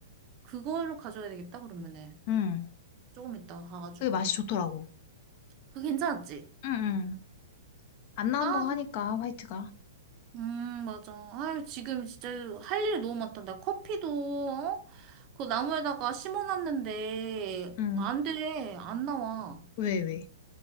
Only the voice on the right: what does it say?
그걸로 가져야 되겠다. 그러면은
조금 이따 가가지고.
그거 괜찮았지?
아,
음, 맞아. 아유, 지금 진짜 할 일이 너무 많다. 나 커피도, 어? 그 나무에다가 심어놨는데,
안 돼. 안 나와.